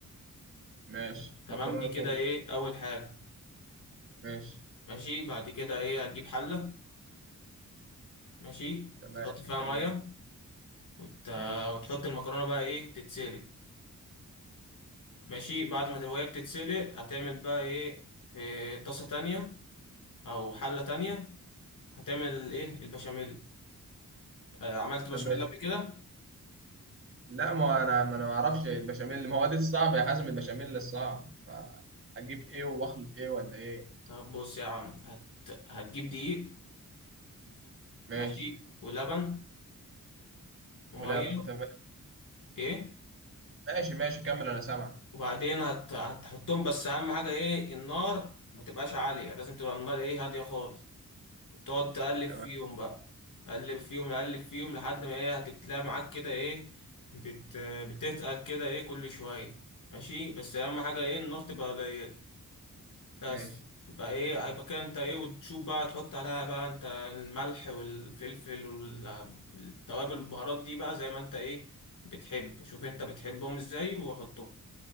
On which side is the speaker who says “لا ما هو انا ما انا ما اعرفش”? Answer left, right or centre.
Right